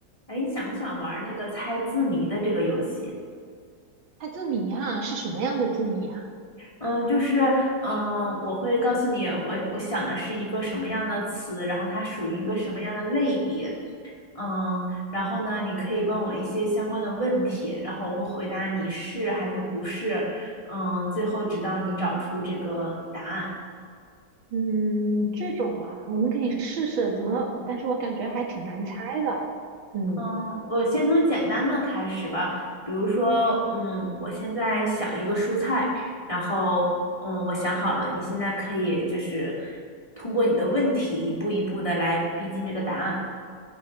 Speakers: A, on the left; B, on the right.
A: 哎，你想不想玩那个猜字谜的这个游戏？
B: 猜字谜啊，是什么样的字谜啊？
A: 嗯，就是嗯，我会告诉你我我想的是一个什么样的词，然后它属于一个什么样的类别。嗯，然后呢，你可以问我一些相关的问题，然后我会回答你是还是不是。嗯，最后直到你找出这个答案。
B: 嗯，这种啊，我们可以试试怎么，但是我感觉还挺难猜的。嗯
A: 嗯，我先从简单的开始吧，比如说，嗯，我现在想一个蔬菜，然后，嗯，我想好了，你现在可以就是通过你的问题一步一步的来逼近这个答案。